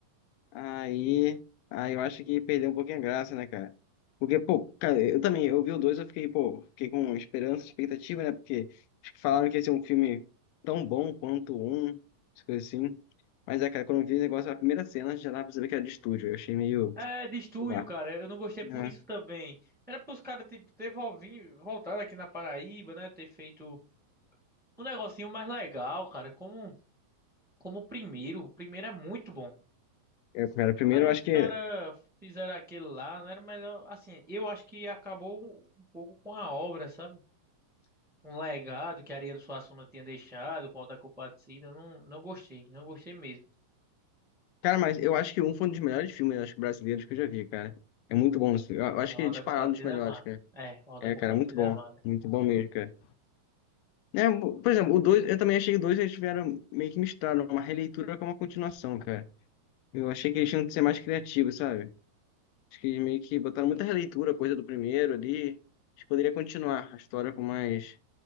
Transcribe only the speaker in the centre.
É, de estúdio,
cara. Eu não gostei
por isso também. Era pros caras tipo, ter volvin- voltado aqui na Paraíba, né? Ter feito um negocinho mais legal, cara. Como, como o primeiro. O primeiro é muito bom.
Aí
os
caras fizeram aquele lá, não era melhor. Assim, eu acho que acabou um pouco com a obra, sabe? um legado que Ariano Suassuna tinha deixado com o Auto da Compadecida, eu não, não gostei, não gostei mesmo.
É, O
Auto
da Compadecida
é massa.
É, o Auto
da Compadecida
é massa.